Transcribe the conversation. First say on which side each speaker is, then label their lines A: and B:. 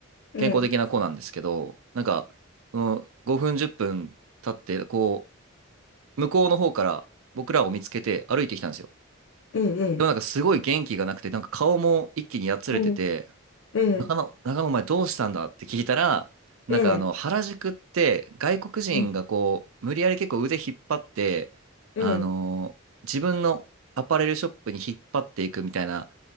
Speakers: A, on the left; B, on the right.
A: ええ。
B: 健康的な子なんですけど、なんか、その5分、10分経って、こう、向こうの方から僕らを見つけて歩いてきたんですよ。
A: ええ。ええ。
B: でもなんかすごい元気がなくて、なんか顔も一気にやつれてて、
A: はい。ええ。
B: 中野、中野お前どうしたんだって聞いたら、なんかあの、
A: ええ。
B: 原宿って外国人がこう、
A: ええ。
B: 無理やり結構腕引っ張って、
A: ええ。
B: あのー自分のアパレルショップに引っ張っていくみたいな